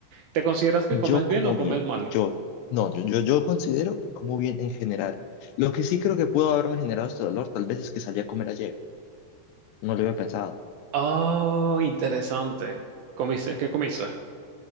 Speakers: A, on the right; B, on the left.
A: te consideras que
B: yo
A: comes bien
B: como
A: o comes
B: bien,
A: mal?
B: yo, no, yo, yo, yo considero que como bien en general. Lo que sí creo que pudo haberme generado este dolor, tal vez es que salí a comer ayer, no lo había pensado.
A: Oh, interesante. ¿Comiste? ¿Qué comiste?